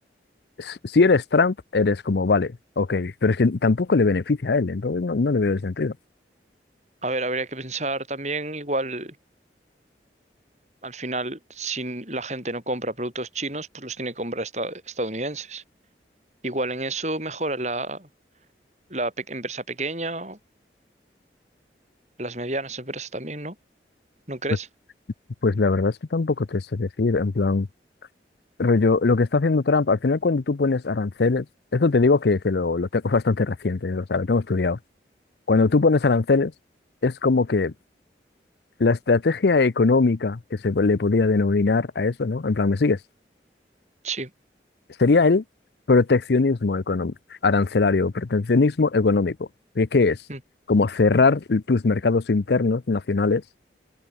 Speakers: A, on the left (about 70°); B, on the right (about 40°).
A: s- si eres Trump, eres como, vale, ok, pero es que tampoco le beneficia a él, entonces no, no le veo el sentido.
B: A ver, habría que pensar también igual. Al final, si la gente no compra productos chinos, pues los tiene que comprar esta- estadounidenses. Igual en eso mejora la, la pe- empresa pequeña, o las medianas empresas también, ¿no? ¿No crees?
A: Pues, pues la verdad es que tampoco te sé decir, en plan, rollo, lo que está haciendo Trump, al final cuando tú pones aranceles, esto te digo que, que lo, lo tengo <laughs> bastante reciente, o sea, lo tengo estudiado. Cuando tú pones aranceles, es como que la estrategia económica que se le podría denominar a eso, ¿no? En plan, ¿me sigues?
B: Sí,
A: Sería el proteccionismo económico, arancelario, proteccionismo económico. ¿Y qué es?
B: mm,
A: Como cerrar tus mercados internos nacionales